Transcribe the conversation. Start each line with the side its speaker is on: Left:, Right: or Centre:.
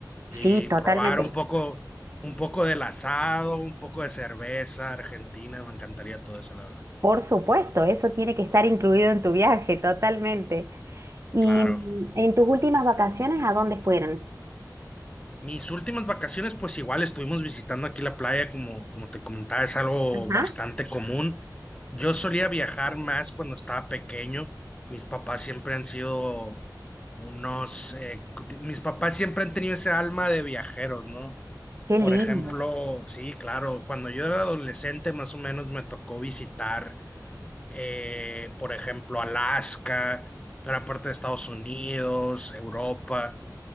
Left: y
Right: sí, totalmente.
Left: probar un poco, un poco del asado, un poco de cerveza argentina. Me encantaría todo eso, la verdad.
Right: Por supuesto, eso tiene que estar incluido en tu viaje, totalmente. Y
Left: Claro.
Right: mm, en tus últimas vacaciones, ¿a dónde fueron?
Left: Mis últimas vacaciones, pues igual estuvimos visitando aquí la playa, como, como te comentaba, es algo
Right: Ajá.
Left: bastante común. Yo solía viajar más cuando estaba pequeño. Mis papás siempre han sido unos, eh, mis papás siempre han tenido ese alma de viajeros, ¿no?
Right: Qué
Left: Por
Right: lindo.
Left: ejemplo, sí, claro, cuando yo era adolescente más o menos me tocó visitar, eh, por ejemplo, Alaska, gran parte de Estados Unidos, Europa.